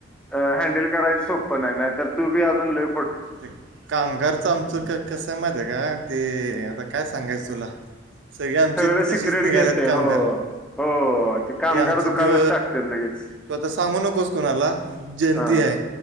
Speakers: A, in the centre; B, on the right.
A: आ हँडल करायच सोप्पं नाहीतर तू बी अजून ले
B: ते कामगारचं आमचं क कसं आहे माहिती आहे का ते आता काय सांगायचं तुला सगळे आमची
A: सगळं सिक्रेट
B: तशीच निघाल्यात
A: घेते
B: कामगार
A: हो हो कामगार
B: ते आमचं
A: दुकानच
B: त्यो
A: टाकते लगेच
B: तू आता सांगू नकोस कोणाला जयंती
A: हा
B: आहे.